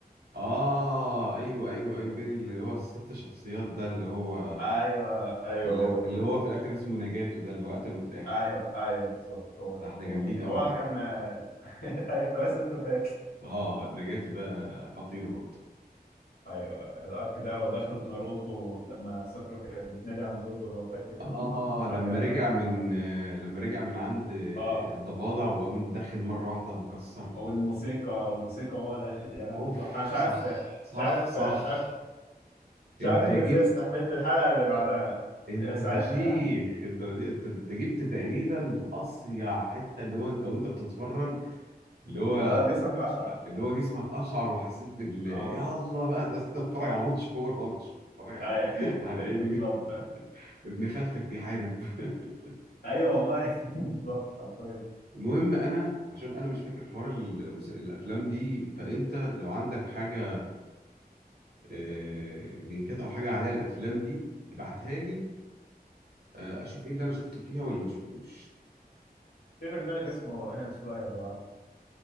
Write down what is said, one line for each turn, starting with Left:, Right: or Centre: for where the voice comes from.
Right: اه ايوه ايوه ايوه بين اللي هو الست شخصيات ده اللي هو
Left: ايوه ايوه
Right: اللي,
Left: هو ده
Right: اللي هو في الاخر اسمه نجاتو ده اللي هو قتله في الاخر
Left: ايوه ايوه بالظبط هو ده
Right: ده احنا
Left: هو
Right: جامدين
Left: ده
Right: قوي
Left: هو
Right: يا معلم
Left: كان آه، <laughs> ايوه كويس انت فاكر
Right: اه نجاتو ده خطير برضه
Left: ايوه الارك ده ودخلت ناروتو لما ساكورا كانت بتنادي على ناروتو لو فاكر
Right: اه <laughs> لما
Left: بعد كده
Right: رجع
Left: دخلت
Right: من
Left: ناروتو
Right: آه، لما رجع من عند آه،
Left: اه
Right: الضفادع وقام داخل مرة واحدة مكسر
Left: والموسيقى والموسيقى وهو داخل يا لهوي
Right: اوف
Left: طب انا مش
Right: صح
Left: عارف
Right: صح
Left: مش عارف
Right: صح
Left: مش عارف مش
Right: انت
Left: عارف انت
Right: جبت
Left: ازاي استحملت الحلقة اللي بعدها
Right: انت
Left: آه، ساعتها
Right: فشيخ
Left: يعني
Right: انت انت انت جبت تقريبا اصيع حته اللي هو انت وانت بتتفرج اللي هو
Left: اللي هو جسمك اشعر
Right: اللي هو جسمك اشعر وحسيت بال
Left: اه
Right: يلا بقى تحس انت بتتفرج على ماتش كوره مش بتتفرج على
Left: ايوه
Right: <laughs> على
Left: <laughs>
Right: انمي
Left: بالظبط
Right: ابن خالتك بيحارب <laughs>
Left: ايوه والله <laughs> بالظبط حرفيا
Right: المهم انا عشان انا مش فاكر حوار المس... الافلام دي فانت لو عندك حاجه آه... لينكات او حاجه عليها الافلام دي ابعتها لي آه... اشوف ايه اللي انا شفته فيها واللي ما شفتوش
Left: في برنامج اسمه انمي سلاير لو عارف.